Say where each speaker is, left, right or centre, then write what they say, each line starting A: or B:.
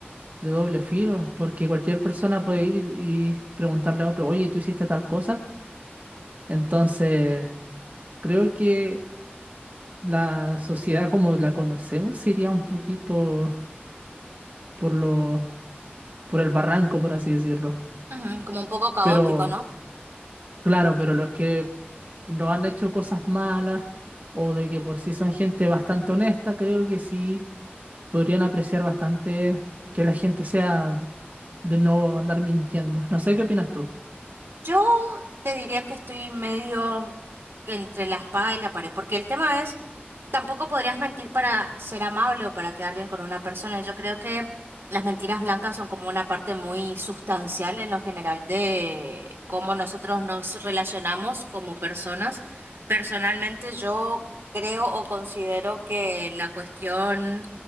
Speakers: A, on the right; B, on the right.
A: de doble filo, porque cualquier persona puede ir y, y preguntarle a otro, oye, ¿tú hiciste tal cosa? Entonces, creo que la sociedad como la conocemos sería un poquito por lo, por el barranco, por así decirlo.
B: Ujú, como un poco caótico,
A: Pero,
B: ¿no?
A: claro, pero los que no han hecho cosas malas o de que por sí son gente bastante honesta, creo que sí podrían apreciar bastante que la gente sea de no andar mintiendo. No sé qué opinas tú.
B: Yo te diría que estoy medio entre la espada y la pared, porque el tema es, tampoco podrías mentir para ser amable o para quedar bien con una persona. Yo creo que las mentiras blancas son como una parte muy sustancial en lo general de cómo nosotros nos relacionamos como personas. Personalmente, yo creo o considero que la cuestión